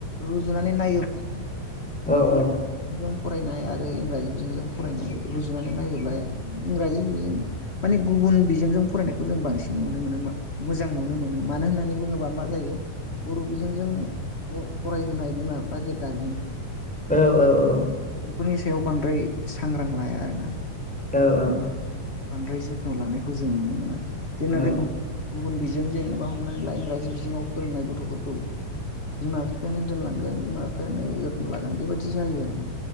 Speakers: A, on the left; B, in the centre.
A: रुजुनानै नायोब्ला
B: औ
A: बुं
B: औ
A: फरायनाय आरो इंराजि बिजोंजों फरायनाय रुजुनानै नायोब्ला इंराजि बिजों माने गुबुन बिजोंजों फरायनायखौ जों बांसिन नुनो मोनो मोजां नुनो मोनो मानो होननानै बुङोबा मा जायो बर' बिजोंजों फरायहोनाय बिमा बिफा जे गारजेनफोर
B: औ औ औ
A: बेफोरनि सायाव बांद्राय सांग्रां लाया आरोना
B: औ औ
A: बांद्राय जोथोन लानायखौ जों नुनो मोना। <unintelligible>
B: औ
A: गुबुन बिजों जेनेबा हमनानै ला इंराजि बिजोङाव फोरोंनाय गथ'फोरखौ बिमा बिफायानो दोनलांगोन बिमा बिफायानो जोथोन लागोन बेबायदि बिदि जायो आरो ना